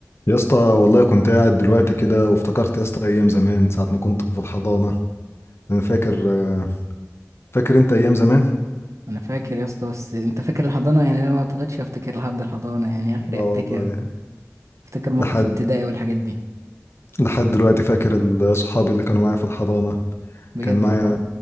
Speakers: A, on the left (about 50°); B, on the right (about 65°).
A: يا اسطى والله كنت قاعد دلوقتي كده وافتكرت يا اسطى ايام زمان ساعه ما كنت في الحضانه انا فاكر آه، فاكر انت ايام زمان
B: انا فاكر يا اسطى بس انت فاكر الحضانه يعني انا ما اعتقدش افتكر لحد الحضانه يعني اخري
A: لا والله
B: افتكر افتكر موقف
A: لحد
B: ابتدائي والحاجات دي
A: لحد دلوقتي فاكر ال- صحابي اللي كانوا معايا في الحضانه
B: بجد
A: كان معايا
B: والله